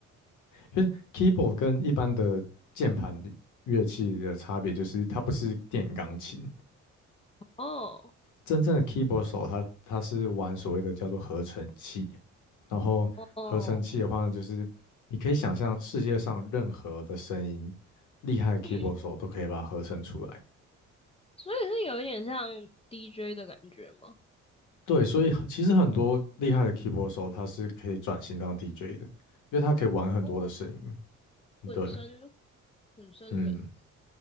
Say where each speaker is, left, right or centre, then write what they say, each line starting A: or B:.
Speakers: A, on the left; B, on the left.
A: 因为 keyboard 跟一般的键盘乐器的差别就是它不是电钢琴，
B: <laughs> 哦。
A: 真正的 keyboard 手他他是玩所谓的叫做合成器，然后合成器的话呢，
B: 哦，
A: 就是你可以想象世界上任何的声音，厉害的 keyboard
B: 嗯，
A: 手都可以把它合成出来。
B: 所以是有一点像 DJ 的感觉吗？
A: 对，所以很其实很多厉害的 keyboard 手他是可以转型当 DJ 的，因为他可以玩很多的声音。
B: 哦，混声
A: 对，
B: 混声人，
A: 嗯，